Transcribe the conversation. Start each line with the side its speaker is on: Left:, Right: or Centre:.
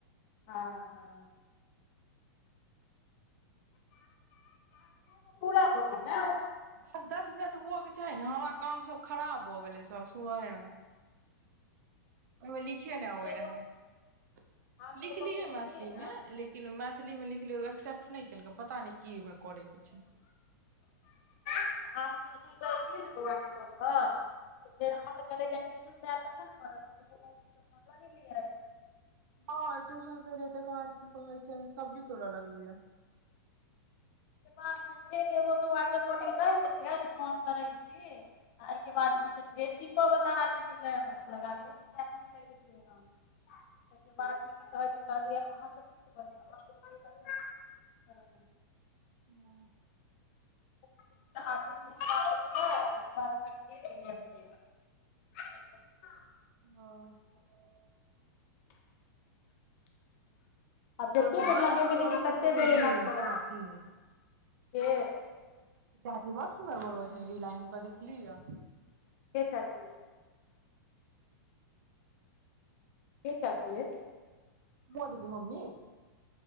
Left: हँ हँ हो गेल ने
Right: दस दस मिनट हुअ के चाही ने हमरा काम सब खराब भ गेलै सब सुबह मे ओहिमे लिखे नहि अबे
Left: एगो
Right: रहे
Left: हम
Right: लिखलियै
Left: एगो के केलियै
Right: मैथिली
Left: ने हम
Right: मे लेकिन मैथिली मे लिखलिय एक्सेप्ट नहि केलकै पता न क करय के छइ
Left: हमू सुतअलियै ने बउआ के लऽ कऽ आ कल ज <unintelligible> त ने करत हो कर य <unintelligible>
Right: हँ ट्यूशन से र तकर बाद की कहै छै सब्जी तोड़य लगलियै
Left: बादमे फेर एगो तऽ वाट्सऐप कऽ द देलियै जे फोन करैत छी आ एहिके बाद ई सब फेर वाल आबि गेले ह लगा लगै ह ताहिके बाद <unintelligible> कह कहलिय अहाँ सब पुछबै तऽ अहाँ
Right: ह
Left: बाद क <unintelligible>
Right: ह
Left: आब जतेक
Right: बड
Left: बेर
Right: बर
Left: लगेबै
Right: निक
Left: लेकिन
Right: बनबै
Left: ततेक
Right: छथिन
Left: बेर एना
Right: रिल
Left: करत
Right: चाची
Left: के
Right: चाची बड़ सुन्दर बनबै छै रील आय हुनका देखली ह
Left: के चाची के चाची चै
Right: <unintelligible> मम्मी